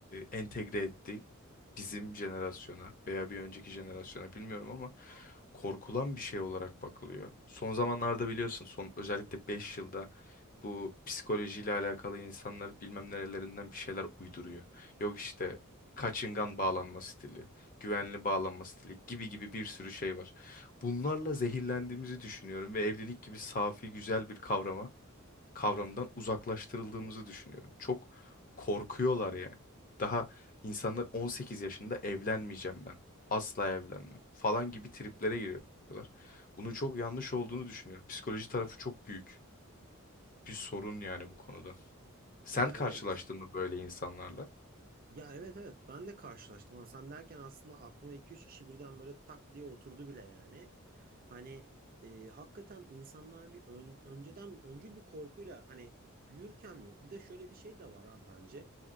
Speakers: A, on the left; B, on the right.
A: entegre etti? bizim jenerasyona veya bir önceki jenerasyona bilmiyorum ama korkulan bir şey olarak bakılıyor. Son zamanlarda biliyorsun son özellikle 5 yılda bu psikolojiyle alakalı insanlar bilmem nerelerinden bir şeyler uyduruyor. Yok işte kaçıngan bağlanma stili, güvenli bağlanma stili gibi gibi bir sürü şey var. Bunlarla zehirlendiğimizi düşünüyorum ve evlilik gibi safi güzel bir kavrama kavramından uzaklaştırıldığımızı düşünüyorum. Çok korkuyorlar yani. Daha insanlar 18 yaşında evlenmeyeceğim ben. Asla evlenmem falan gibi triplere giriyorlar. Bunun çok yanlış olduğunu düşünüyorum. Psikoloji tarafı çok büyük bir sorun yani bu konuda. Sen
B: Ya
A: karşılaştın
B: evet.
A: mı böyle insanlarla?
B: Ya evet evet ben de karşılaştım ama sen derken aslında aklıma iki üç kişi birden böyle tak diye oturdu bile yani. Hani e, hakikaten insanlar bir ön- önceden öncül bir korkuyla hani büyürken mi? Bir de şöyle bir şey de var ha bence.